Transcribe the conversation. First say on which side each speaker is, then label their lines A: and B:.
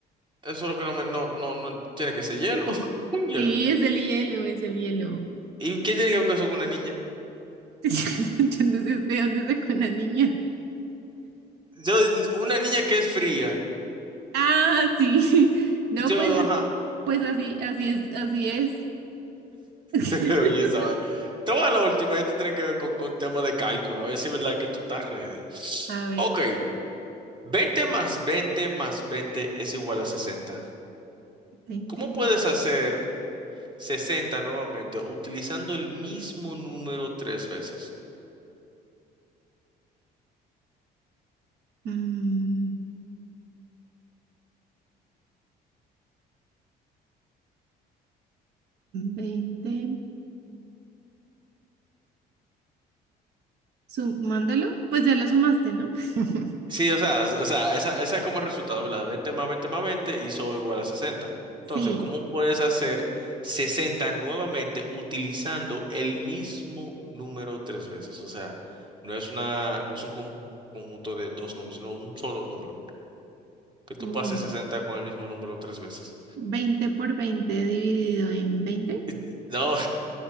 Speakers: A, on the right; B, on the right.
A: eso es lo que no me, no, no, no tiene que ser hielo, <laughs> un hielo.
B: Sí, es el hielo, es el hielo.
A: ¿Y qué tiene que ver eso con una niña?
B: <laughs> Yo no sé de dónde sacó una niña.
A: Yo, una niña que es fría.
B: Ah, sí. <laughs> No,
A: Y yo,
B: pues,
A: ajá.
B: pues así, así es, así es. <laughs>
A: <laughs> Oye, esa vaina. Te voy a la última, esto tiene que ver con, con tema de cálculo, a ver si es verdad que tú estás ready.
B: A ver,
A: Ok, Veinte más 20 más 20 es igual a sesenta.
B: 20,
A: ¿Cómo puedes hacer 60 nuevamente utilizando el mismo número tres veces?
B: mm, 20. Sumándolo, pues ya lo sumaste, ¿no? <laughs>
A: Sí, o sea, o sea, esa, esa como resultado, ¿verdad? 20 más 20, más 20 hizo igual a 60. Entonces,
B: Sí,
A: ¿cómo puedes hacer 60 nuevamente utilizando el mismo número tres veces? O sea, no es una, no es un con- conjunto de dos números, sino un solo número. Que tú
B: como
A: pases 60 con el mismo número tres veces.
B: 20 por 20 dividido en 20.
A: Eh, No,